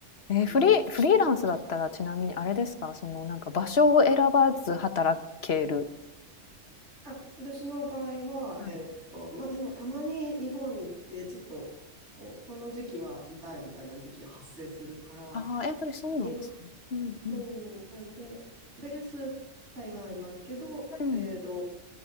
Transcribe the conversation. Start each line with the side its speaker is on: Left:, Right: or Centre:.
Left: えーフリー、
Right: いや、
Left: フリーランスだったらちなみにあれですか、そのなんか場所を選ばず働ける。
Right: あ、私の場合は、
Left: はい。
Right: えーっと、まあでもたまに日本に行って、ちょっとこうこの時期は痛いみたいな時期が発生するから、
Left: ああ、やっぱりそうなんですね。
Right: に
Left: うんうん
Right: そう。なので、ベース台湾いますけど、
Left: うん。
Right: えっと、